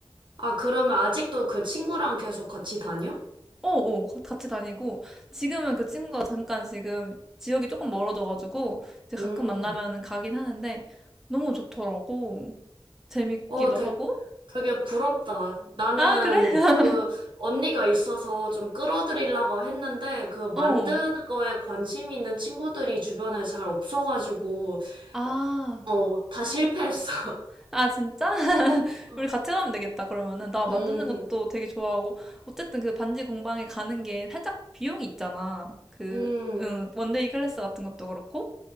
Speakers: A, on the right (about 60°); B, in the centre.
A: 아, 그러면 아직도 그 친구랑 계속 같이 다녀?
B: 어, 어, 같이 다니고, 지금은 그 친구가 잠깐 지금 지역이 조금 멀어져가지고, 이제 가끔
A: 음.
B: 만나면은 가긴 하는데, 너무 좋더라고. 재밌기도
A: 어, 되게,
B: 하고.
A: 되게 부럽다. 나는
B: 아, 그래? <laughs>
A: 그 언니가 있어서 좀 끌어들이려고 했는데 그 만드는
B: 어.
A: 거에 관심 있는 친구들이 주변에 잘 없어가지고
B: 아.
A: 어, 다 실패했어.
B: 아, 진짜? <laughs>
A: <laughs>
B: 우리 같이 가면 되겠다, 그러면은. 나 만드는
A: 음,
B: 것도 되게 좋아하고. 어쨌든 그 반지 공방에 가는 게 살짝 비용이 있잖아. 그,
A: 음,
B: 응, 원데이 클래스 같은 것도 그렇고.